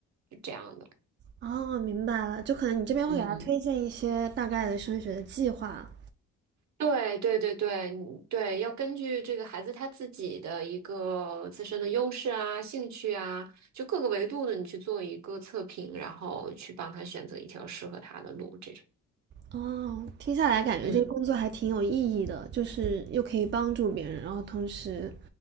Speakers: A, on the right; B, on the right.
A: 是这样的，
B: 哦，明白了，就可能你这边会给他推荐一些大概的升学的计划。
A: 嗯。对对对对你对，要根据这个孩子他自己的一个自身的优势啊、兴趣啊，就各个维度的，你去做一个测评，然后去帮他选择一条适合他的路，这种。
B: 哦，听下来感觉这个工作还挺有意义的，
A: 嗯。
B: 就是又可以帮助别人，然后同时